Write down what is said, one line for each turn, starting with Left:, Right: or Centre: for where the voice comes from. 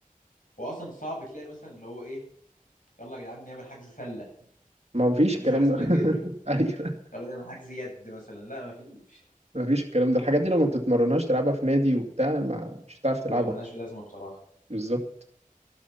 Left: واصلا صعب تلاقي مثلا اللي هو ايه يلا يا جدعان نعمل حجز سلة
Right: ما فيش
Left: مفيش
Right: الكلام
Left: حاجة اسمها
Right: ده <laughs>
Left: كده
Right: ايوه
Left: يلا نعمل حجز يد مثلا لا مفيش
Right: مفيش الكلام ده الحاجات دي لو ما بتتمرنهاش تلعبها في نادي وبتاع ما مش هتعرف تلعبها
Left: يبقى ملهاش
Right: أصلاً.
Left: لازمة بصراحة
Right: بالظبط